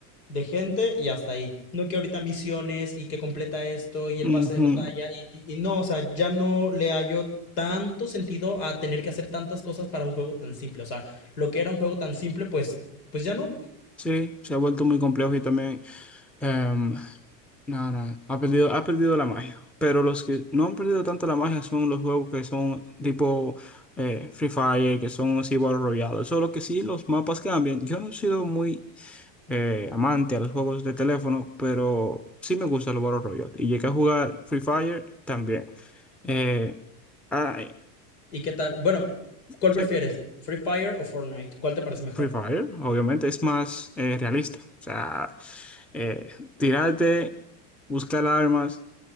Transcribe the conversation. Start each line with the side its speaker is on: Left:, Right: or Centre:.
Left: de gente y hasta ahí. No que ahorita misiones y que completa esto y el pase
Centre: Ujú.
Left: de batalla y, y- y no, o sea, ya no le hallo tanto sentido a tener que hacer tantas cosas para un juego tan simple. O sea, lo que era un juego tan simple, pues, pues ya no.
Centre: Sí, se ha vuelto muy complejo y también, em, no, no, ha perdido, ha perdido la magia. Pero los que no han perdido tanto la magia son los juegos que son tipo eh, Free Fire, que son así Battle Royale. Solo que sí, los mapas cambian. Yo no he sido muy eh, amante a los juegos de teléfono, pero sí me gusta el Battle Royale. Y llegué a jugar Free Fire también. Eh, ah, eh,
Left: ¿Y qué tal? Bueno, ¿cuál
Centre: sí,
Left: prefieres? ¿Free Fire o Fortnite? ¿Cuál te parece mejor?
Centre: Free Fire, obviamente, es más eh, realista. O sea, eh, tirarte, buscar armas,